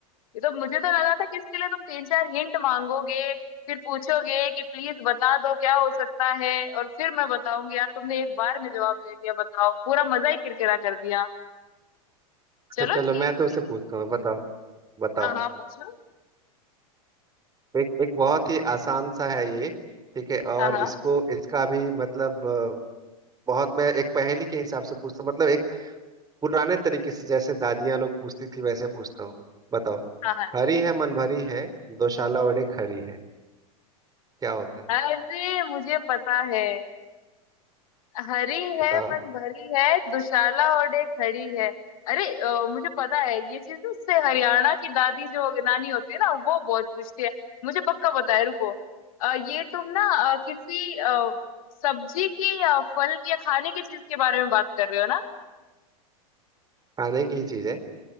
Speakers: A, on the left; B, on the right.
A: ये तो मुझे तो लगा था कि इसके लिए तुम तीन चार हिंट मांगोगे फिर पूछोगे कि प्लीज बता दो क्या हो सकता है और फिर मैं बताऊंगी यार तुमने एक बार में जवाब दे दिया बताओ पूरा मजा ही किरकिरा कर दिया
B: <laughs> अच्छा
A: चलो
B: चलो
A: ठीक
B: मैं तो उसे पूछता हूँ बताओ बताओ
A: हाँ हाँ पूछो
B: एक एक बहुत ही आसान सा है ये ठीक है और
A: हाँ हाँ
B: इसको इसका भी मतलब अ, बहुत मैं एक पहेली के हिसाब से पूछता हूँ मतलब एक पुराने तरीके से जैसे दादियां लोग पूछती थी वैसे पूछता हूँ बताओ
A: हाँ हाँ ठीक
B: हरी है मन भरी है दोशाला और एक हरी है क्या होता है
A: अरे मुझे पता है हरी है
B: बताओ
A: मन भरी है दुशाला ओढ़े खड़ी है अरे अ, मुझे पता है ये चीज ना उससे हरियाणा की दादी जो नानी होती है ना वो बहुत पूछती है मुझे पक्का पता है रुको अ, ये तुम ना अ, किसी अ, सब्जी की या फल की या खाने की चीज के बारे में बात कर रहे हो ना
B: खाने की ही चीज है